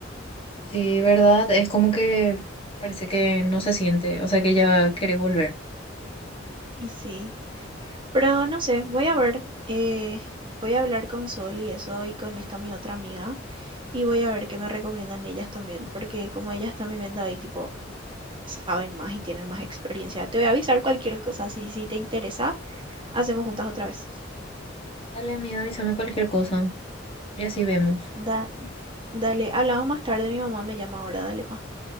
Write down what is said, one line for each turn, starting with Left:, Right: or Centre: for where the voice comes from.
Left: Sí, ¿verdad? Es como que parece que no se siente, o sea que ya querés volver.
Right: Y sí, pero no sé, voy a ver, eh, voy a hablar con Sol y eso y con esta mi otra amiga y voy a ver qué me recomiendan ellas también, porque como ellas están viviendo ahí, tipo, saben más y tienen más experiencia. Te voy a avisar cualquier cosa, si, si te interesa, hacemos juntas otra vez.
Left: Dale, amiga, avísame cualquier cosa y así vemos.
Right: Da- dale, hablamos más tarde, mi mamá me llama ahora, dale, pa.